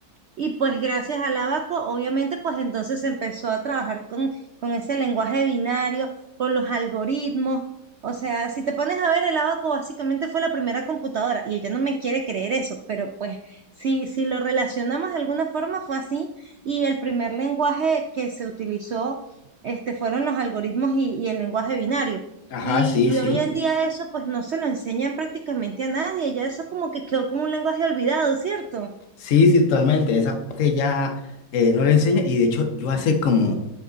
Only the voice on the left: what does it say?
Ajá,
sí, sí.
Sí, sí, totalmente. Esa parte ya eh, no le enseña. Y de hecho, yo hace como,